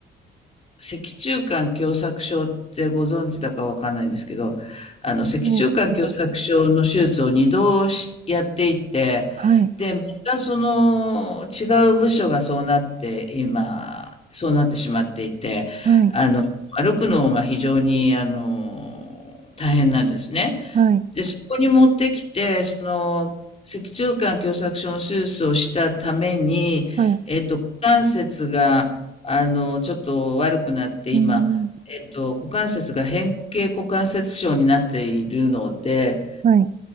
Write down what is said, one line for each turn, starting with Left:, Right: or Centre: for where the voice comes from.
Left: 脊柱管狭窄症ってご存知だかわかんないんですけど、あの、
Right: 初めてきました。
Left: 脊柱管狭窄症の手術を2度しやっていて、
Right: はい。
Left: で、またその違う部署がそうなって、今、そうなってしまっていて、
Right: はい。
Left: あの、歩くのが非常に、あの、大変なんですね。
Right: はい。
Left: で、そこに持ってきて、その、脊柱管狭窄症の手術をしたために、
Right: はい。
Left: えっと、股関節が、あの、ちょっと悪くなって、今、
Right: うんうん。
Left: えっと、股関節が変形股関節症になっているので、
Right: はい。